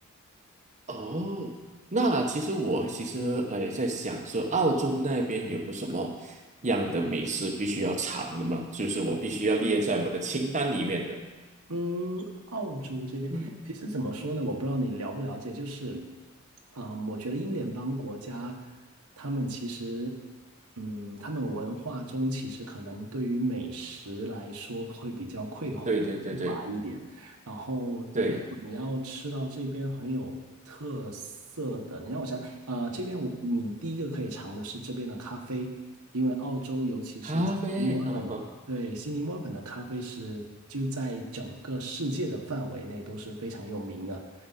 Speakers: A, on the right; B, on the right.
A: 哦，那其实我其实呃也在想说，澳洲那边有什么样的美食必须要尝的嘛？就是我必须要列在我的清单里面的。
B: 嗯，澳洲这边其实怎么说呢？
A: 嗯，
B: 我不知道你了不了解，就是，嗯，我觉得英联邦国家，他们其实，嗯，他们文化中其实可能对于美食来说会比较匮
A: 对对对对
B: 匮乏一点。然后，
A: 对，
B: 如果你要吃到这边很有特色的，你让我想，呃，这边我你第一个可以尝的是这边的咖啡，因为澳洲尤其是悉尼墨尔本，
A: 咖啡啊哈，
B: 对，悉尼墨尔本的咖啡是就在整个世界的范围内都是非常有名的，